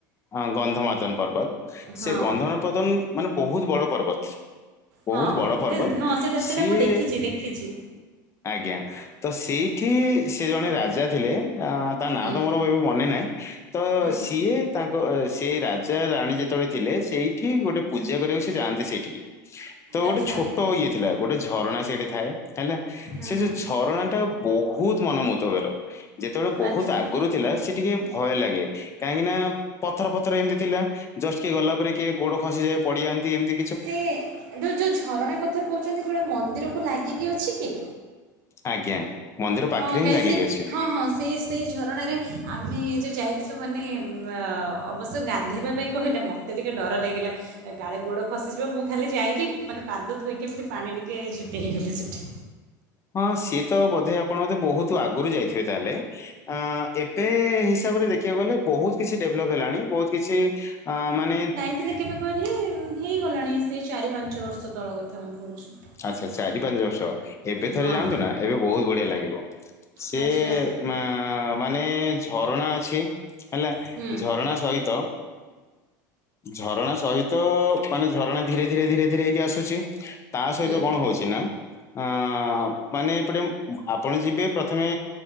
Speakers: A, on the left; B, on the right.
A: ଅ ଗନ୍ଧମର୍ଦ୍ଧନ ପର୍ବତ
B: ହଁ
A: ସେ ଗନ୍ଧ ଉତ୍ପାଦନ ମାନେ ବହୁତ ବଡ ପର୍ବତ। ବହୁତ
B: ହଁ
A: ବଡ ପର୍ବତ
B: ନାଇଁ ହଁ ସେଇଟା
A: ସିଏ
B: ସେଇଟା ମୁଁ ଦେଖିଛି ଦେଖିଛି
A: ଆଜ୍ଞା ତ ସେଇଠି ସେ ଜଣେ ରାଜା ଥିଲେ ଆ ତା ନାଁ
B: ହୁଁ
A: ତ ମୋର ଏବେ ମନେ ନାହିଁ ତ
B: ହୁଁ
A: ସିଏ ତାଙ୍କ ସେ ରାଜା ରାଣୀ ଯେତେବେଳେ ଥିଲେ ସେଇଠି ଗୋଟେ ପୂଜା କରିବାକୁ ସେ ଯାଆନ୍ତି ସେଇଠିକି। ତ ଗୋଟେ
B: ଆଚ୍ଛା
A: ଛୋଟ ଇଏ ଥିଲା ଗୋଟେ ଝରଣା ସେଇଠି ଥାଏ ହେଲା
B: ହୁଁ
A: ସେ
B: ହୁଁ
A: ଯୋଉ ଝରଣାଟା ବହୁତ ମନମୁଧବର ଯେତେବେଳେ ବହୁତ
B: ଆଚ୍ଛା
A: ଆଗରୁ ଥିଲା ସେ ଟିକେ ଭୟ ଲାଗେ। କାହିଁକିନା ପଥର ଫଥର ଏମିତି ଥିଲା ଜଷ୍ଟ କିଏ ଗଲା ପରେ କିଏ ଗୋଡ ଖସିଯାଏ। ପଡିଯାଆନ୍ତି ଏମତି
B: ସେ ଯୋଉ ଯୋଉ ଝରଣା କଥା କହୁଛନ୍ତି ସେ ଗଟେ ମନ୍ଦିରକୁ ଲାଗିକି ଅଛି କି?
A: ଆଜ୍ଞା। ମନ୍ଦିର ପାଖରେ
B: ହଁ
A: ହିଁ
B: କାହିଁ
A: ଲାଗିକି
B: ସେ
A: ଅଛି।
B: ହଁ ହଁ ସେଇ ସେଇ ଝରଣାରେ ଆମେ ଯେଉଁ ଯାଇଥିଲୁ ମାନେ ଅବଶ୍ୟ ଗାଧୋଇବା ପାଇଁ କହିଲେ ମ ତେ ଟିକେ ଡର ଲାଗିଲା। ଗାଳେ ଗୋଡ ଖସିଯିବ ମୁଁ ଖାଲି ଯାଇକି ମାନେ ପାଦ ଧୋଇକି ଏମିତି ପାଣି ଟିକେ ଚିଞ୍ଚି ହେଇଗଲି ସେଠି।
A: ହଁ ସିଏ ତ ବୋଧେ ଆପଣ ବୋଧେ ବହୁତ ଆଗରୁ ଯାଇଥିବେ ତାହେଲେ। ଅଁ ଏବେ ହିସାବରେ ଦେଖିବାକୁ ଗଲେ ବହୁତ କିଛି ଡେଭଲପ ହେଲାଣି। ବହୁତ କିଛି ଅଁ ମାନେ
B: ଥିଲେ କେବେ କହିଲେ ହେଇଗଲାଣି ସେ ଚାରି ପାଞ୍ଚ ବର୍ଷ ତଳ କଥା ମୁଁ କହୁଛି।
A: ଆଚ୍ଛା ଚାରି ପାଞ୍ଚ ବର୍ଷ। ଏବେ ଥରେ
B: ହଁ
A: ଯାଆନ୍ତୁ ନା ଏବେ ବହୁତ ବଢିଆ ଲାଗିବ ସେ
B: ଆଚ୍ଛା
A: ମା ମାନେ ଝରଣା ଅଛି ହେଲା
B: ହୁଁ
A: ଝରଣା ସହିତ ଝରଣା ସହିତ ମାନେ ଝରଣା ଧୀରେ ଧୀରେ ଧୀରେ ଧୀରେ ହେଇକି ଆସୁଛି। ତା ସହିତ
B: ହୁଁ
A: କଣ ହଉଛି ନାଁ। ଅଁଣ ମାନେ ଏପଟେ ଆପଣ ଯିବେ ପ୍ରଥମେ